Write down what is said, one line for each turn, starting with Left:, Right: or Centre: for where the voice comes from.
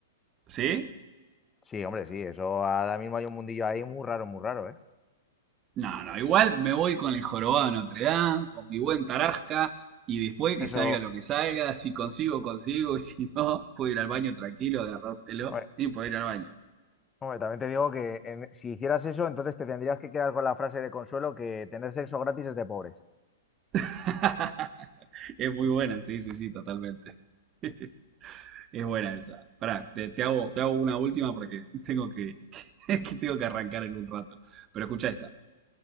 Right: ¿Sí?
Left: Sí, hombre, sí, eso ahora mismo hay un mundillo ahí muy raro, muy raro, ¿eh?
Right: No, no, igual me voy con el jorobado de Notre Dame, con mi buen Tarasca, y después que
Left: Eso,
Right: salga lo que salga, si consigo, consigo, y si no, puedo ir al baño tranquilo, agarrar pelo
Left: hombre,
Right: y puedo ir al baño.
Left: hombre, también te digo que en- si hicieras eso, entonces te tendrías que quedar con la frase de consuelo que tener sexo gratis es de pobres.
Right: <laughs> Es muy buena, sí, sí, sí, totalmente. <laughs> Es buena esa. Pará, te, te hago, te hago una última porque tengo que, <laughs> que tengo que arrancar en un rato. Pero escucha esta.